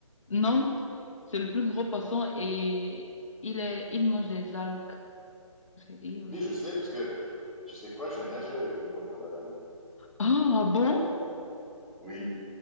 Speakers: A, on the left; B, in the centre.
A: Non, c'est le plus gros poisson et il est, il mange des algues. C'est il aussi.
B: Oui, je sais, parce que tu sais quoi, j'ai nagé avec des requins-baleines.
A: Ah, ah bon?
B: Oui,